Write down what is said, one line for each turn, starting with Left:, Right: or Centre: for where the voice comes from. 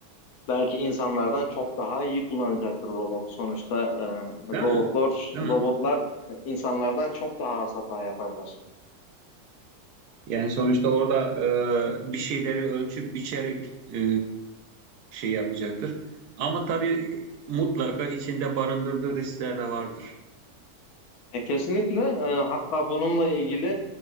Left: belki insanlardan çok daha iyi kullanacaktır robot. Sonuçta e,
Right: Değil
Left: robotlar
Right: mi? Değil
Left: robotlar
Right: mi?
Left: insanlardan çok daha az hata yaparlar.
Right: Yani sonuçta orada e, bir şeyleri ölçüp biçerek e, şey yapacaktır. Ama tabii mutlaka içinde barındırdığı riskler de vardır.
Left: E, kesinlikle e, hatta bununla ilgili